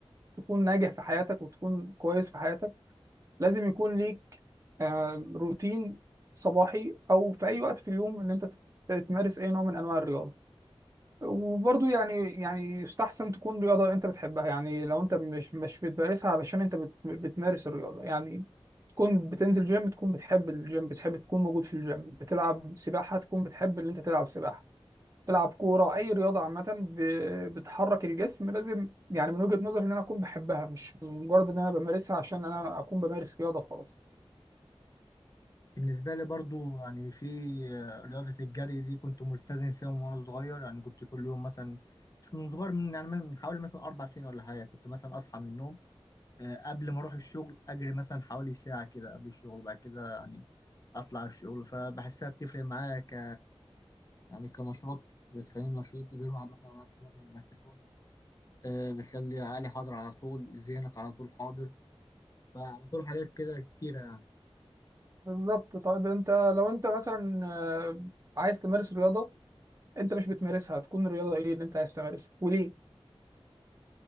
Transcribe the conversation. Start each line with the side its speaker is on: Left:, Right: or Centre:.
Right: تكون ناجح في حياتك وتكون كويس في حياتك لازم يكون ليك آه، روتين صباحي او في اي وقت في اليوم ان انت تت- تمارس اي نوع من انواع الرياضه وبرضه يعني يعني يستحسن تكون رياضة انت بتحبها يعني لو انت مش مش بتمارسها علشان انت بت بتمارس الرياضة يعني تكون بتنزل جيم تكون بتحب الجيم بتحب تكون موجود في الجيم بتلعب سباحة تكون بتحب ان انت تلعب سباحة تلعب كورة اي رياضة عامة ب- بتحرك الجسم لازم يعني من وجهة نظري ان انا اكون بحبها مش مجرد ان انا بمارسها عشان انا اكون بمارس رياضة خلاص
Left: بالنسبة لي برضو يعني في آه، رياضة الجري دي كنت ملتزم فيها من وأنا صغير يعني كنت كل يوم مثلا مش من صغير من يعني من حوالي مثلا أربع سنين ولا حاجة كنت مثلا أصحى من النوم آه، قبل ما اروح الشغل اجري مثلا حوالي ساعة كده قبل الشغل وبعد كده يعني اطلع الشغل فبحسها بتفرق معايا ك يعني كنشاط بتخليني نشيط غير واحد مثلا معاه شوية الكسول آه، بتخلي عقلي حاضر على طول ذهنك على طول حاضر فعلى طول حاجات كده كتيرة يعني
Right: بالظبط طيب انت لو انت مثلا آه، عايز تمارس رياضة انت مش بتمارسها تكون الرياضة ايه اللي انت عايز تمارسها وليه